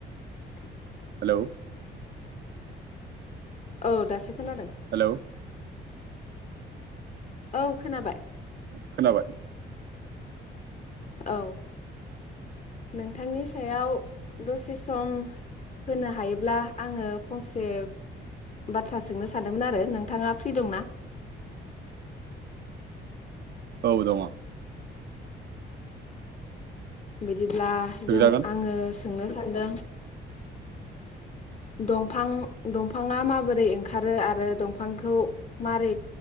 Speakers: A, on the left; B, on the right.
A: <unintelligible>
B: Hello
A: औ दासो खोनादों
B: हेलौ
A: औ खोनाबाय
B: खोनाबाय
A: औ नोंथांनि याव दसे सम होनो हायोब्ला आङो फंसे बाथ्रा सोंनो सानदोंमोन आरो नोंथाङा फ्रि दंना
B: औ दङ।
A: बि दिब्ला
B: सोंजागोन
A: जों आङो सोंनो सानदों दंफां दंफाङा माबोरै ओं खारो
B: ओ,
A: आरो दंफांखौ मारै